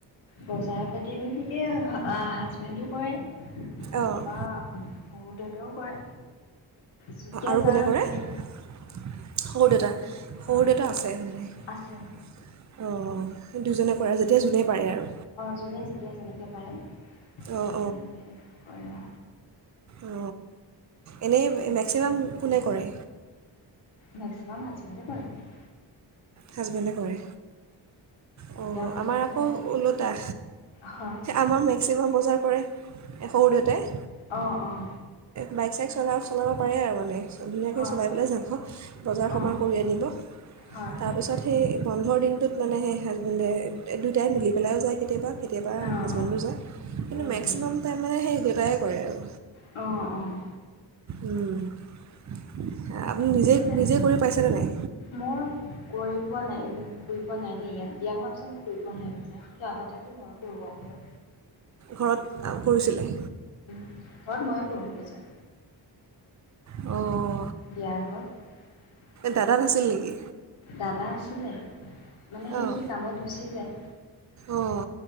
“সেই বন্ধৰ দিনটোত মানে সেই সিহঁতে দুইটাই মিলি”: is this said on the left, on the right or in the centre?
Right